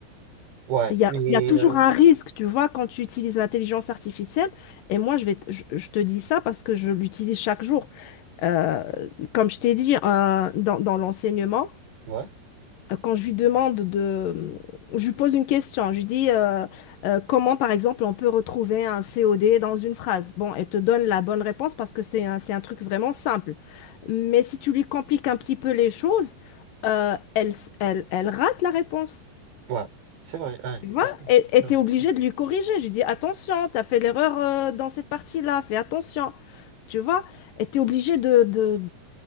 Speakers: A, on the right (about 80°); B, on the left (about 65°).
A: Ouais,
B: Il y a,
A: mais...
B: il y a toujours
A: euh,
B: un risque, tu vois, quand tu utilises l'intelligence artificielle. Et moi, je vais, te- je, je te dis ça parce que je l'utilise chaque jour. Euh, comme je t'ai dit, euh, dans, dans l'enseignement
A: ouais,
B: euh, quand je lui demande de... Je lui pose une question. Je lui dis euh, euh, comment, par exemple, on peut retrouver un COD dans une phrase. Bon, elle te donne la bonne réponse parce que c'est un, c'est un truc vraiment simple. Mais si tu lui compliques un petit peu les choses, euh, elle, s- elle, elle rate la réponse.
A: ouais. C'est vrai, ouais,
B: Tu vois?
A: c'est
B: Et et
A: vrai.
B: t'es obligé de lui corriger. Je lui dis attention, t'as fait l'erreur euh, dans cette partie-là, fais attention. Tu vois? Et t'es obligé de, de,